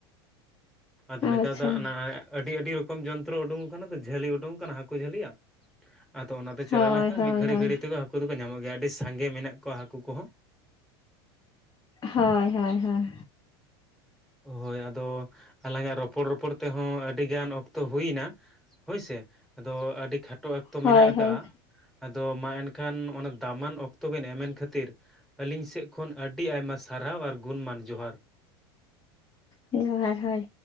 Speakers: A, in the centre; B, on the left.
A: ᱟᱫᱚ
B: ᱟᱪᱪᱷᱟ
A: ᱱᱮᱛᱟᱨ ᱫᱚ ᱚᱱᱟ ᱟᱹᱰᱤ ᱟᱹᱰᱤ ᱨᱚᱠᱚᱢ ᱡᱚᱱᱛᱨᱚ ᱩᱰᱩᱝ ᱟᱠᱟᱱᱟ ᱛᱚ ᱡᱷᱟᱹᱞᱤ ᱩᱰᱩᱝ ᱟᱠᱟᱱᱟ, ᱦᱟᱹᱠᱩ ᱡᱷᱟᱹᱞᱤᱭᱟᱜ᱾ ᱟᱫᱚ ᱚᱱᱟᱛᱮ ᱪᱟᱞᱟᱣ
B: ᱦᱳᱭ
A: ᱞᱮᱱᱠᱷᱟᱱ
B: ᱦᱳᱭ
A: ᱢᱤᱫ ᱜᱷᱟᱹᱲᱤ
B: ᱦᱳᱭ
A: ᱜᱷᱟᱹᱲᱤ ᱛᱮᱜᱮ ᱦᱟᱹᱠᱩ ᱫᱚᱠᱚ ᱧᱟᱢᱚᱜ ᱜᱮᱭᱟ, ᱟᱹᱰᱤ ᱥᱟᱸᱜᱮ ᱢᱮᱱᱟᱜ ᱠᱚᱣᱟ ᱦᱟᱹᱠᱩ ᱠᱚᱦᱚᱸ᱾
B: ᱦᱳᱻᱭ ᱦᱳᱭ ᱦᱳᱭ᱾
A: ᱦᱳᱻᱭ ᱟᱫᱚ ᱟᱞᱟᱝᱼᱟᱜ ᱨᱚᱯᱚᱲ ᱨᱚᱯᱚᱲ ᱛᱮᱦᱚᱸ ᱟᱹᱰᱤᱜᱟᱱ ᱚᱠᱛᱚ ᱦᱩᱭ ᱮᱱᱟ, ᱦᱳᱭᱥᱮ ᱟᱫᱚ ᱟᱹᱰᱤ ᱠᱷᱟᱴᱚ ᱮᱠᱛᱚ
B: ᱦᱳᱭ
A: ᱢᱮᱱᱟᱜ ᱟᱠᱟᱜᱼᱟ,
B: ᱦᱳᱭ
A: ᱟᱫᱚ ᱢᱟ ᱮᱱᱠᱷᱟᱱ ᱚᱱᱟ ᱫᱟᱢᱟᱱ ᱚᱠᱛᱚ ᱵᱤᱱ ᱮᱢᱮᱱ ᱠᱷᱟᱹᱛᱤᱨ ᱟᱹᱞᱤᱧ ᱥᱮᱜ ᱠᱷᱚᱱ ᱟᱹᱰᱤ ᱟᱭᱢᱟ ᱥᱟᱨᱦᱟᱣ ᱟᱨ ᱜᱩᱱᱢᱟᱱ ᱡᱚᱦᱟᱨ᱾
B: ᱦᱮᱸ ᱡᱚᱦᱟᱨ ᱦᱳᱭ᱾